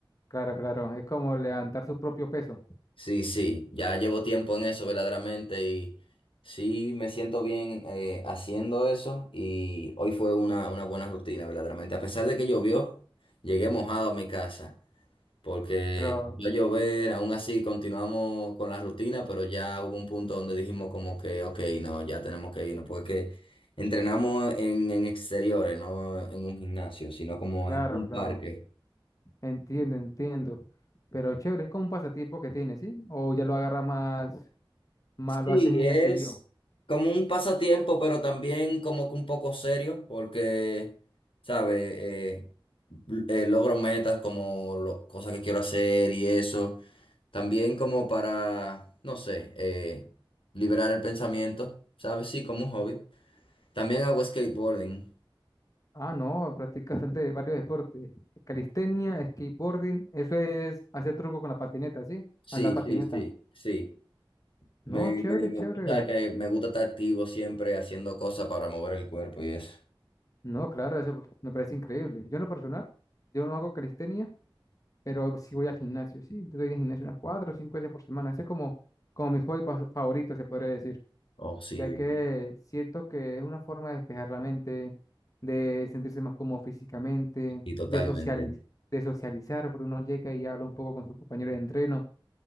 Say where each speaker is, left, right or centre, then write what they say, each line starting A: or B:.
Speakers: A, on the left; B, on the left.
A: Claro, claro, es como levantar su propio peso.
B: Sí, sí, ya llevo tiempo en eso verdaderamente y sí me siento bien eh, haciendo eso y hoy fue una, una buena rutina verdaderamente. A pesar de que llovió, llegué mojado a mi casa porque
A: Pero,
B: empezó a llover, aún así continuamos con la rutina, pero ya hubo un punto donde dijimos como que, ok, no, ya tenemos que irnos porque entrenamos en, en exteriores, no en un gimnasio, sino como
A: claro,
B: en un
A: claro,
B: parque.
A: entiendo, entiendo. Pero chévere, es como un pasatiempo que tienes, ¿sí? O ya lo agarra más, más,
B: Sí,
A: lo hace muy
B: es
A: a seguido.
B: como un pasatiempo, pero también como que un poco serio, porque, ¿sabes? Eh, l- eh, logro metas como lo- cosas que quiero hacer y eso. También como para, no sé, eh, liberar el pensamiento, ¿sabes? Sí, como un hobby. También hago skateboarding.
A: Ah, no, practica bastante varios deportes. Calistenia, skateboarding, eso es hacer truco con la patineta, ¿sí?
B: Sí,
A: Andar patineta.
B: sí, sí, sí. Me,
A: No,
B: me,
A: chévere,
B: me-
A: chévere.
B: tú sabes que me gusta estar activo siempre haciendo cosas para mover el cuerpo y eso.
A: No, claro, eso me parece increíble. Yo en lo personal, yo no hago calistenia, pero sí voy al gimnasio, sí. Yo voy al gimnasio unas cuatro o cinco veces por semana. Ese es como, como mi hobby pas- favorito, se podría decir,
B: Oh, sí,
A: ya
B: bien.
A: que siento que es una forma de despejar la mente, de sentirse más cómodo físicamente,
B: Y totalmente.
A: de socializ- de socializar, porque uno llega y habla un poco con sus compañeros de entreno.